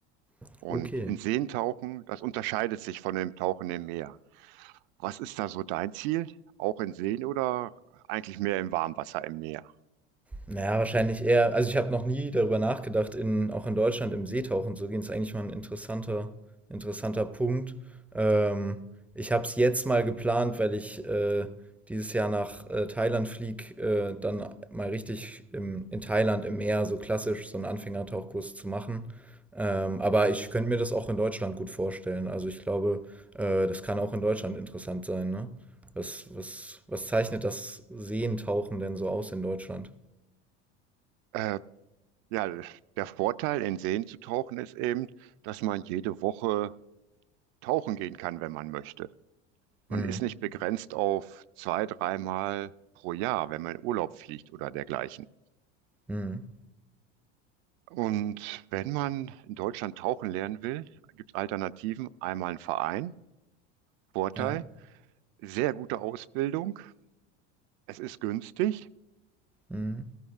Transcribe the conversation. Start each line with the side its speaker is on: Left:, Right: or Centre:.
Centre: auf
Right: Und
Centre: Okay.
Right: in Seen tauchen, das unterscheidet sich von dem Tauchen im Meer. Was ist da so dein Ziel? Auch in Seen oder eigentlich mehr im Warmwasser im Meer?
Centre: Naja, wahrscheinlich eher. Also ich habe noch nie darüber nachgedacht, in, auch in Deutschland im Seetauchen zu gehen. Ist eigentlich mal ein interessanter, interessanter Punkt. Ähm, ich habe es jetzt mal geplant, weil ich äh, dieses Jahr nach äh, Thailand fliege, äh, dann mal richtig im, in Thailand im Meer, so klassisch, so einen Anfängertauchkurs zu machen. Ähm, aber ich könnte mir das auch in Deutschland gut vorstellen. Also ich glaube, äh, das kann auch in Deutschland interessant sein, ne? Was, was, was zeichnet das Seentauchen denn so aus in Deutschland?
Right: Äh, ja, der Vorteil, in Seen zu tauchen, ist eben, dass man jede Woche tauchen gehen kann, wenn man möchte. Man
Centre: Mhm.
Right: ist nicht begrenzt auf zwei, dreimal pro Jahr, wenn man in Urlaub fliegt oder dergleichen.
Centre: Mhm.
Right: Und wenn man in Deutschland tauchen lernen will, gibt es Alternativen. Einmal ein Verein, Vorteil,
Centre: Ja.
Right: sehr gute Ausbildung, es ist günstig,
Centre: Mhm.